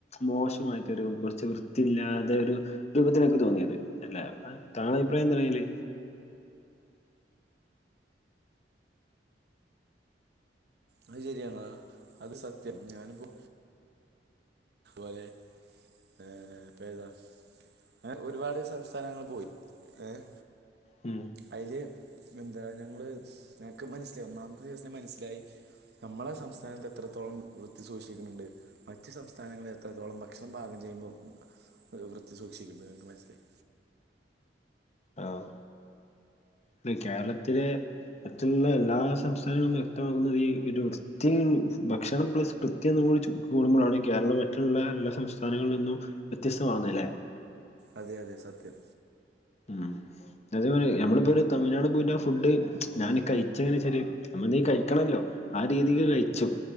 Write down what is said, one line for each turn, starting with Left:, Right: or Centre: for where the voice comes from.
Left: മോശമായി തരു കൊർച്ച് വൃത്തിയില്ലാതെ, ഒരു രൂപത്തിലാ ഇൻക്ക് തോന്നിയത് അല്ലേ താങ്കളെ അഭിപ്രായെന്താണയ്ല്?
Right: അത് ശരിയാണ് ആഹ്, അത് സത്യം. ഞാന്പ്പോ <unintelligible> ഏഹ് അപ്പേതാ? ഏ ഒരുപാട് സംസ്ഥാനങ്ങൾ പോയി ഏഹ്
Left: ഉം
Right: അയ്ല്, എന്താ ഞങ്ങള് ഞങ്ങക്ക് മനസ്സിലായി ഒന്നാമത്തെ ദിവസം മനസ്സിലായി നമ്മളെ സംസ്ഥാനത്ത് എത്രത്തോളം വൃത്തി സൂക്ഷിക്ക്ന്ന് ണ്ട് മറ്റു സംസ്ഥാനങ്ങള് എത്രത്തോളം ഭക്ഷണം പാകം ചെയ്യുമ്പോ, വൃത്തി സൂക്ഷിക്കുന്ന് മനസ്സിലായി.
Left: ആഹ്, ഇന്ന് കേരളത്തിലെ മറ്റുള്ളെ എല്ലാ സംസ്ഥാനങ്ങളും വ്യക്തമാകുന്നത് ഈ ഒരു <unintelligible> ഭക്ഷണം പ്ലസ് വൃത്തി ഒന്നും കൂടി കൂടുമ്പോളാണ് കേരളം മറ്റുള്ള എല്ലാ സംസ്ഥാനങ്ങളിൽ നിന്നും വ്യത്യസ്തമാവുന്നെ ലെ?
Right: അതെ അതെ സത്യം.
Left: ഉം അതേ മാരി, നമ്മളിപ്പോ ഒരു തമിഴ്നാട് പോയിട്ടാ ഫുഡ് ഞാന് കഴിച്ചെങ്ങനെച്ചാല് നമ്മളെന്തേം കയ്ക്കണല്ലോ, ആ രീതിക്ക് കഴിച്ചു.